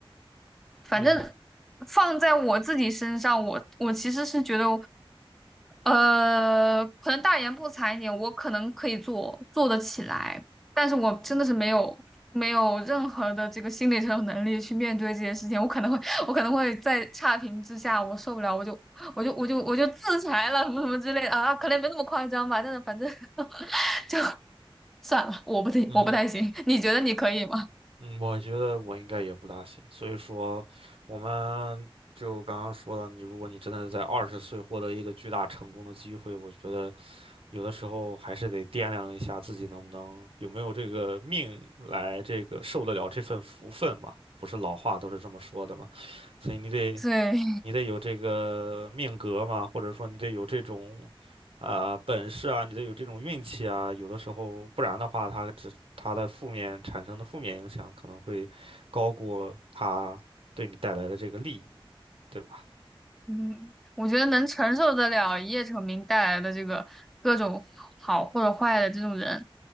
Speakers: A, in the centre; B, on the right.
A: 反正
B: 嗯哼，
A: 放在我自己身上，我我其实是觉得，呃，可能大言不惭一点，我可能可以做做得起来，但是我真的是没有没有任何的这个心理承受能力去面对这些事情，我可能会我可能会在差评之下我受不了，我就我就我就我就自裁了，什么什么之类的啊，可能没那么夸张吧，但是反正 <laughs> 就算了，我不行，
B: 嗯哼，
A: 我不太行，你觉得你可以吗？
B: 嗯，我觉得我应该也不大行，所以说，我们就刚刚说到你，如果你真的在二十岁获得一个巨大成功的机会，我觉得有的时候还是得掂量一下自己能不能有没有这个命来这个受得了这份福分吧。不是老话都是这么说的嘛，所以你得
A: 对。
B: 你得有这个命格嘛，或者说你得有这种啊、本事啊，你得有这种运气啊。有的时候，不然的话，它只它的负面产生的负面影响可能会高过它对你带来的这个利益，对吧？
A: 嗯，我觉得能承受得了一夜成名带来的这个各种好或者坏的这种人，